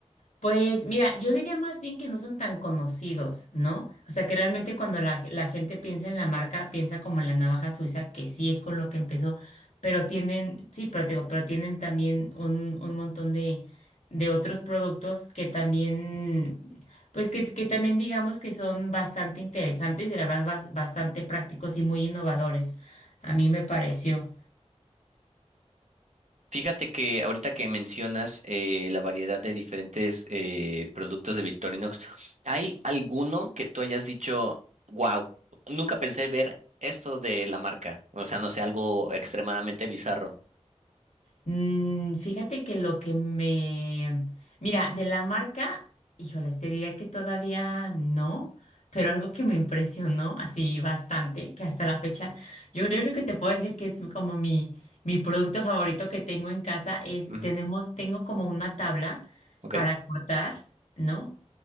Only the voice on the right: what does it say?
Fíjate que ahorita que mencionas eh, la variedad de diferentes eh, productos de Victorinox, ¿hay alguno que tú hayas dicho, wow, nunca pensé ver esto de la marca? O sea, no sé, algo extremadamente bizarro.
Ujú,
Ok.